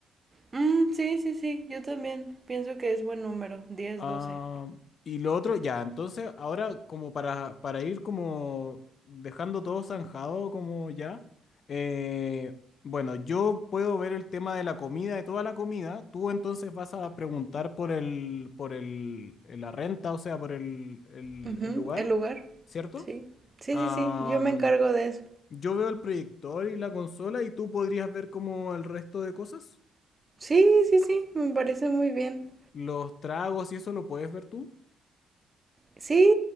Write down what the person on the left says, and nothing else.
Ah,
y lo otro, ya, entonces ahora como para, para ir como dejando todo zanjado como ya, eh, bueno, yo puedo ver el tema de la comida, de toda la comida, tú entonces vas a preguntar por el, por el, la renta, o sea, por el, el-
el lugar,
¿cierto?
Ah,
Yo veo el proyector y la consola y tú podrías ver como el resto de cosas.
Los tragos y eso lo puedes ver tú.